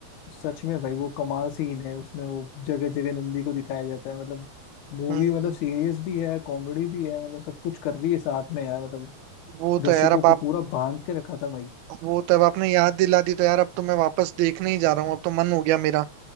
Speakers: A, on the left; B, on the right.
A: सच में भाई वो कमाल सीन है उसमें वो जगह जगह नंदी को दिखाया जाता है मतलब मूवी
B: हम्म
A: मतलब सीरियस भी है कॉमेडी भी है मतलब सब कुछ कर रही है साथ में यार मतलब
B: वो
A: दर्शकों
B: तो यार अब
A: को
B: आप
A: पूरा बांध के रखा था भाई
B: वो तो अब आपने याद दिला दी तो यार अब तो मैं वापस देखने ही जा रहा हूँ अब तो मन हो गया मेरा